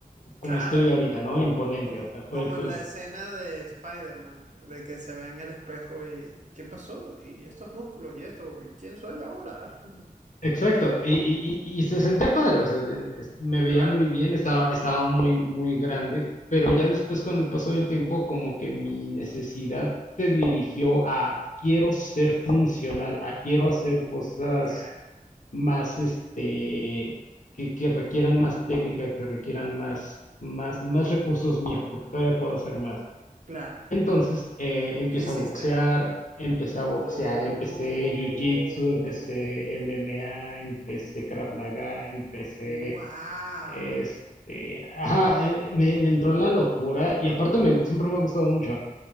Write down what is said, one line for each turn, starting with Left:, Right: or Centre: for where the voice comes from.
Left: como
Right: Claro,
Left: estoy ahorita, ¿no? Imponente,
Right: como,
Left: o sea, fue,
Right: como
Left: fue
Right: en la escena de Spider-Man, de que se ve en el espejo y ¿qué pasó? Y estos músculos y esto, ¿y quién soy ahora? <laughs>
Left: Exacto, y, y- y- y se sentía padre, o sea, en- es- me veía
Right: Claro,
Left: muy bien, estaba, estaba muy, muy grande, pero ya después con el paso del tiempo, como que mi necesidad se dirigió a quiero ser funcional, a quiero hacer cosas
Right: ok,
Left: más, este, que, que requieran más técnica, que requieran más, más, más recursos míos, porque todavía puedo hacer más.
Right: claro.
Left: Entonces eh, empiezo
Right: ¿Qué hiciste?
Left: a boxear, empecé a boxear,
Right: Oh,
Left: empecé jiu-jitsu, empecé MMA, empecé Krav Maga, empecé
Right: wow.
Left: este, ajá, eh, me, me entró la locura y aparte me, siempre me ha gustado mucho.